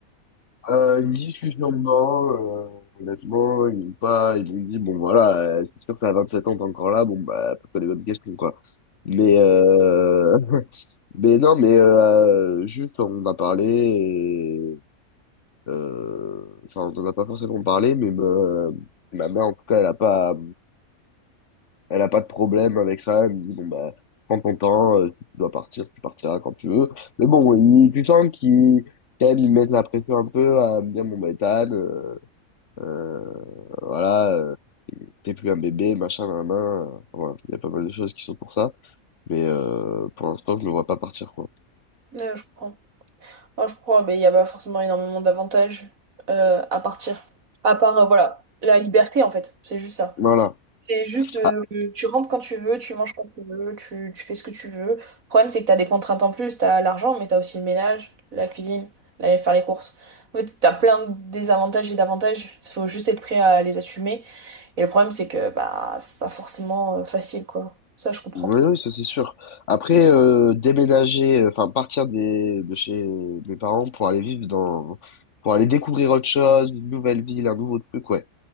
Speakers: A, on the left; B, on the right.
A: Euh, une discussion dedans, euh, honnêtement, ils m'ont pas, ils m'ont dit, bon voilà, euh, c'est sûr que ça a sept ans, t'es encore là, bon bah, pose-toi les bonnes questions, quoi. Mais, euh... <laughs> mais non, mais euh, juste, on a parlé, et, euh... enfin, on en a pas forcément parlé, mais me... ma mère, en tout cas, elle a pas, elle a pas de problème avec ça, elle me dit, bon bah, prends ton temps, euh, si tu dois partir, tu partiras quand tu veux. Mais bon, il- tu sens qu'ils, quand même, ils mettent la pression un peu à me dire, bon bah, Ethan, euh, euh, voilà, euh, t'es plus un bébé, machin, nan, nan, euh, voilà, il y a pas mal de choses qui sont pour ça, mais euh, pour l'instant, je me vois pas partir, quoi.
B: Euh, je comprends. moi je crois mais il n'y a pas forcément énormément d'avantages euh, à partir. À part, euh, voilà, la liberté en fait, c'est juste ça.
A: Voilà.
B: C'est juste, euh,
A: Ah,
B: tu rentres quand tu veux, tu manges quand tu veux, tu, tu fais ce que tu veux. Le problème, c'est que t'as des contraintes en plus, t'as l'argent, mais t'as aussi le ménage, la cuisine, aller faire les courses. En fait, t'as plein de désavantages et d'avantages, il faut juste être prêt à les assumer Et le problème, c'est que bah c'est pas forcément euh, facile, quoi. Ça, je comprends
A: oui,
B: trop.
A: oui, ça c'est sûr. Après, euh, déménager, euh, enfin, partir des, de chez mes parents pour aller vivre dans, pour aller découvrir autre chose, une nouvelle ville, un nouveau truc, ouais.